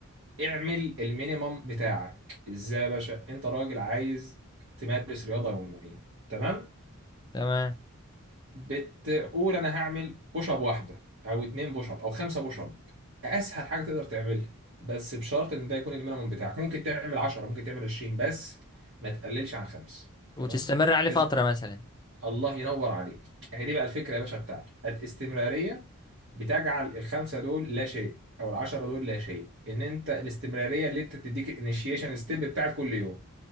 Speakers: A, on the right; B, on the left.
A: اعمل المينيمم بتاعك ازاي يا باشا انت راجل عايز تمارس رياضه يوميه تمام
B: تمام
A: بتقول انا هعمل بوش اب واحده او اتنين بوش اب او خمسه بوش اب اسهل حاجه تقدر تعملها بس بشرط ان ده يكون المينيمم بتاعك ممكن تعمل 10 ممكن تعمل 20 بس ما تقللش عن خمس تمام
B: وتستمر عليه
A: كز...
B: فترة مثلا
A: الله ينور عليك هي دي بقى الفكره يا باشا بتاعته الاستمراريه بتجعل الخمسه دول لا شيء او العشرة دول لا شيء ان انت الاستمراريه اللي انت تديك الانيشيشن ستيب بتاعت كل يوم